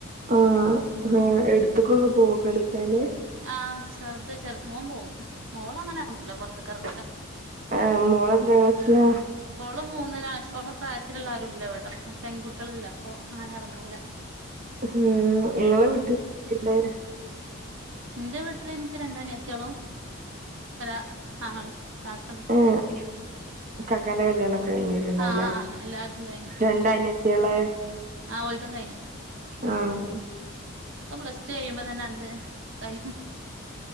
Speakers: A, on the right (about 40°); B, on the right (about 60°).
A: ആഹ് ഹ് എട്ത്തിക്കൊ ന്ന് പോവോ കളിക്കാന്.
B: ആഹ് ചെർത് ചെറ് മോൻ പോവും മോളങ്ങനെ അർങ്ങൂല പൊർത്തിക്കർങ്ങൂല്ല.
A: ഏഹ് മോളെത്രാം ക്ളസില?
B: ഓള് മൂന്നിലാ പക്ഷെ ഓളെ പ്രായത്തിലിള്ളാരുല്ല ഇവടെ. അപ്പ പെങ്കുട്ട്യാളില്ല അപ്പൊ അങ്ങനെ എറങ്ങൂല.
A: ഹും ഇങ്ങളെ വീട്ടില് രികുല്ലേ?
B: ഇന്റെ വീട്ടില് ഇൻക്ക് രണ്ടനിയത്ത്യാളം ഒരാ ആങ്ങളിം കാക്കണ്ട്.
A: ഏഹ് ക്കാക്കാൻ്റെ കല്യാണൊക്കെ കയ്ഞ്ഞിട്ടിണ്ടാവുല്ലേ?
B: ആഹ് ആഹ് എല്ലാരതും കഴിഞ്ഞു
A: രണ്ടനിയ
B: ഉം
A: ട്ടിയാളെ
B: ആഹ് ഓൽതും കയ്ഞ്ഞു
A: ആഹാ
B: ക്കെ പ്ലസ് ടു കയ്യുമ്പ തന്നണ്ട് കൈയ്